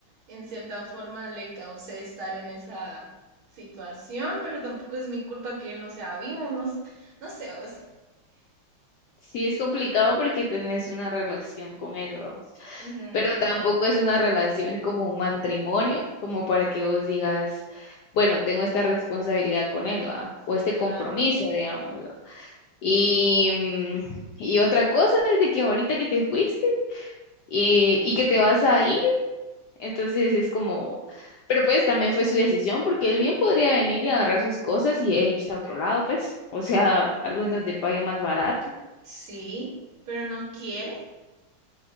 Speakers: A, on the right; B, on the left.
A: en cierta forma le causé estar en esa situación, pero tampoco es mi culpa que él no sea vivo, no, s- no sé, vos.
B: Sí, es complicado porque tenés una relación con él, vamos.
A: Ujú,
B: Pero tampoco es una relación como un matrimonio, como para que vos digas, bueno, tengo esta responsabilidad con él, va, o este
A: Ajá.
B: compromiso, digamos. Y, mm, y otra cosa es de que ahorita que te fuiste eh, y que te vas a ir, entonces es como, pero pues también fue su decisión porque él bien podría venir y agarrar sus cosas y, e irse a otro lado, pues, o sea, algo en donde pague más barato.
A: Sí, pero no quiere.